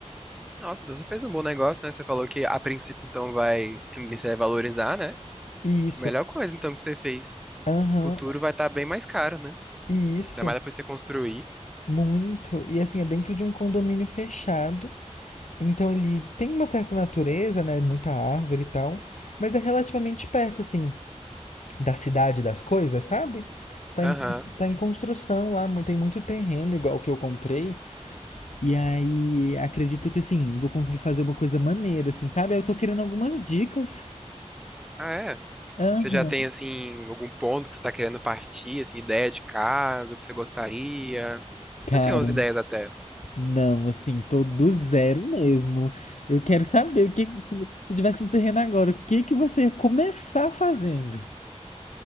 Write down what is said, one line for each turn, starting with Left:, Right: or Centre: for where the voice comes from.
Centre: Nossa, então você fez um bom negócio, né? Você falou que a princípio então vai, a tendência é valorizar, né?
Left: Isso.
Centre: Melhor coisa então que você fez.
Left: Aham,
Centre: Futuro vai estar bem mais caro, né?
Left: isso.
Centre: Ainda mais depois de você construir.
Left: Muito. E assim, é dentro de um condomínio fechado. Então ele tem uma certa natureza, né? Muita árvore e tal. Mas é relativamente perto, assim, da cidade das coisas, sabe? Tá
Centre: Aham.
Left: em, tá em construção lá, mu- tem muito terreno, igual que eu comprei. E aí, acredito que assim, vou conseguir fazer uma coisa maneira, assim, sabe? Eu tô querendo algumas dicas.
Centre: Ah, é?
Left: Aham.
Centre: Você já tem, assim, algum ponto que você tá querendo partir, assim, ideia de casa, o que você gostaria?
Left: Cara.
Centre: Eu tenho umas ideias até.
Left: Não, assim, tô do zero mesmo. Eu quero saber o que, que- se tu tivesse um terreno agora, o que que você ia começar fazendo?